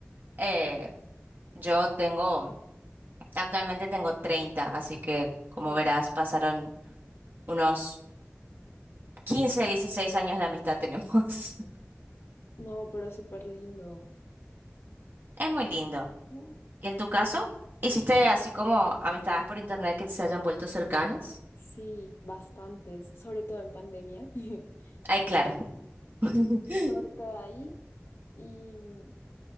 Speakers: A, on the right (about 45°); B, on the left (about 55°).
A: Eh, yo tengo, actualmente tengo treinta así que como
B: Ajá.
A: verás, pasaron unos 15 16 años de amistad tenemos.
B: No, pero súper lindo.
A: <laughs> Es muy lindo.
B: Yo,
A: ¿Y en tu caso? ¿Hiciste
B: pues
A: así como amistades por internet que se hayan vuelto cercanas?
B: sí, bastantes, sobre todo en pandemia. <laughs>
A: Ay, claro, <laughs>
B: corta ahí. Y mm,